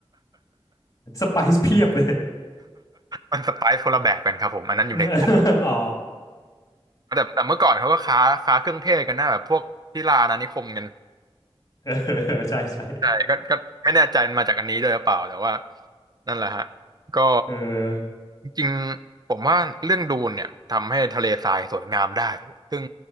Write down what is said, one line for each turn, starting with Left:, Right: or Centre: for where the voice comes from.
Left: <laughs> สไปซ์เพียบเลย
Right: มันสไปซ์คนละแบบกันครับผมอันนั้นอยู่ในแต่
Left: <laughs> อ๋อ
Right: แต่เมื่อก่อนเขาก็ค้าค้าเครื่องเทศกันหน้าแบบพวกที่ลาอาณานิคมกัน
Left: <laughs> เออใช่ใช่
Right: ใช่ก็ก็ไม่แน่ใจมันมาจากอันนี้ด้วยหรือเปล่าแต่ว่านั่นแหละฮะก็
Left: เออ
Right: จริงๆผมว่าเรื่องดูนเนี่ยทำให้ทะเลทรายสวยงามได้ซึ่ง